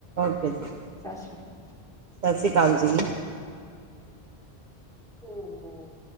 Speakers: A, on the right; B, in the centre.
A: ਓਕੇ ਜੀ!
B: ਸਤਿ ਸ਼੍ਰੀ ਅਕਾਲ
A: ਸਾਸ੍ਰੀ ਅਕਾਲ ਜੀ।
B: ਹੂੰ